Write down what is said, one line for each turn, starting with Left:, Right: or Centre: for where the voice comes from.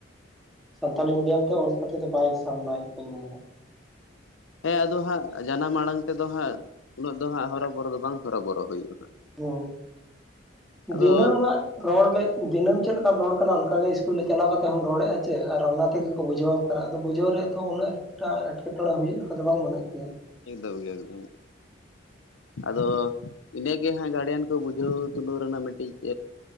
Centre: ᱥᱟᱱᱛᱟᱞᱤ ᱢᱤᱰᱤᱭᱟᱢ ᱛᱮ ᱚᱞ ᱠᱟᱛᱮᱫ ᱫᱚ ᱵᱟᱭ ᱥᱟᱢᱱᱟᱭ ᱤᱹᱠᱟᱧ ᱢᱚᱱᱮᱭᱟ᱾
Left: ᱦᱮᱸ ᱟᱫᱚ ᱦᱟᱸᱜ ᱡᱟᱱᱟᱢ ᱟᱲᱟᱝ ᱛᱮᱫᱚ ᱦᱟᱸᱜ ᱩᱱᱟᱹᱜ ᱫᱚ ᱦᱟᱸᱜ ᱦᱚᱨᱚ ᱵᱚᱨᱚ ᱫᱚ ᱵᱟᱝ ᱦᱚᱨᱚᱵᱚᱨᱚ ᱦᱩᱭᱩᱜᱼᱟ ᱦᱟᱸᱜ᱾
Centre: ᱦᱮᱸ
Left: ᱟᱫᱚ
Centre: ᱫᱤᱱᱟᱹᱢᱟᱜ ᱨᱚᱲ ᱜᱮ ᱫᱤᱱᱟᱹᱢ ᱪᱮᱫ ᱞᱮᱠᱟᱢ ᱨᱚᱲ ᱠᱟᱱᱟ ᱚᱱᱠᱟᱜᱮ ᱤᱥᱠᱩᱞ ᱨᱮ ᱪᱟᱞᱟᱣ ᱠᱟᱛᱮ ᱦᱚᱢ ᱨᱚᱲᱮᱫᱼᱟ ᱥᱮᱪᱮ ᱟᱨ ᱚᱱᱟ ᱛᱮᱜᱮ, ᱵᱩᱡᱷᱟᱹᱣᱟᱢ ᱠᱟᱱᱟ ᱟᱫᱚ ᱵᱩᱡᱷᱟᱹᱣ ᱨᱮ ᱫᱚ ᱩᱱᱟᱹᱜ ᱮᱴᱟ ᱮᱴᱠᱮᱴᱚᱬᱮ ᱦᱩᱭᱩᱜ ᱞᱮᱠᱟ ᱫᱚ ᱵᱟᱝ ᱢᱮᱱᱮᱜ ᱜᱮᱭᱟ᱾
Left: <unintelligible> ᱟᱫᱚ ᱤᱱᱟᱹᱜᱮ ᱦᱟᱸᱜ ᱜᱟᱨᱰᱭᱟᱱ ᱠᱚ ᱵᱩᱡᱷᱟᱹᱣ ᱛᱩᱞᱟᱹᱣ ᱨᱮᱱᱟᱜ ᱢᱤᱫᱴᱤᱡ,